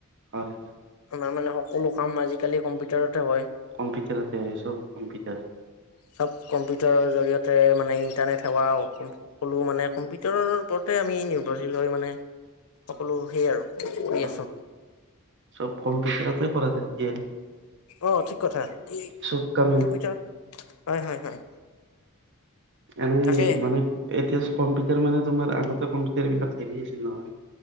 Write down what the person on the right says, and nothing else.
হয় হয়
কম্পিউটাৰতে হয় চব কম্পিউটাৰ
হয়
হয়
চব কম্পিউটাৰতে কৰা যায় এতিয়া
চব কামে
এনে
মানে এতিয়া কম্পিউটাৰ মানে তোমাৰ আগতে কম্পিউটাৰ বিলাক হেৰি আছিল নহয়।